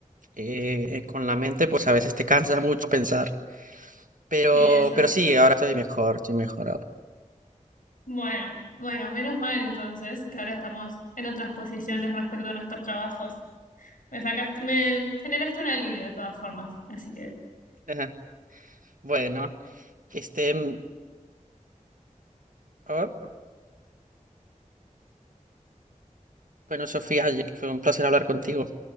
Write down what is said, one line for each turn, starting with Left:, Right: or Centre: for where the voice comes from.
Right: eh, eh, con la mente pues a veces te cansa mucho pensar. Pero,
Left: sí, eso
Right: pero
Left: sí.
Right: sí, ahora estoy mejor, estoy mejor ahora.
Left: Bueno, bueno, menos mal entonces que ahora estamos en otras posiciones respecto a nuestros trabajos. Me sacaste, me generaste un alivio de todas formas, así que
Right: Ajá. Bueno, este, mm, ah, bueno, Sofía, oye, fue un placer hablar contigo.